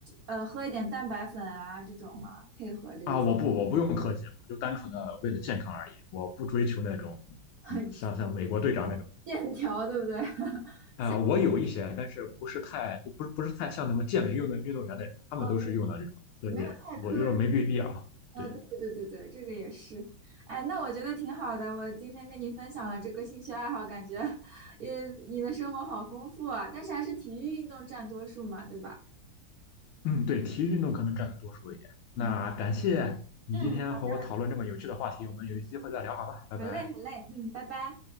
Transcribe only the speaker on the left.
啊，我不，我不用科技，我就单纯的为了健康而已，我不追求那种，
嗯，像像美国队长那种。
啊、我有一些，但是不是太，就不是不是太像那么健美运动运动员那种，他们都是用的这种科技，
我觉得没必要。
对，
嗯，对，体育运动可能占的多数一点。
那感谢你今天和我讨论这么有趣的话题，
我们有机会再聊好吧，拜拜。